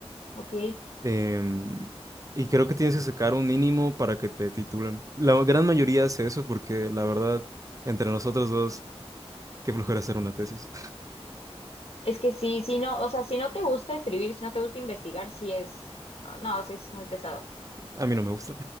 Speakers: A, on the left; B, on the right.
A: ok.
B: Em, y creo que tienes que sacar un mínimo para que te titulen. La gran mayoría hace eso porque la verdad, entre nosotros dos, qué flojera hacer una tesis.
A: Es que sí, si no, o sea, si no te gusta escribir, si no te gusta investigar, sí es, ah, no, sí es muy pesado.
B: <laughs> A mí no me gusta.